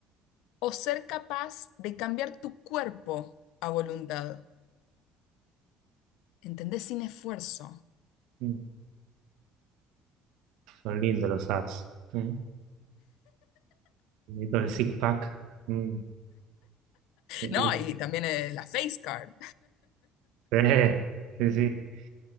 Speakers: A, on the left; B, on the right.
A: o ser capaz de cambiar tu cuerpo a voluntad. ¿Entendés? Sin esfuerzo.
B: Mm, Son lindos los apps. ¿eh? Y todo el six pack. Mm, qué lindo.
A: No, y también eh, la face card.
B: Sí, sí. sí.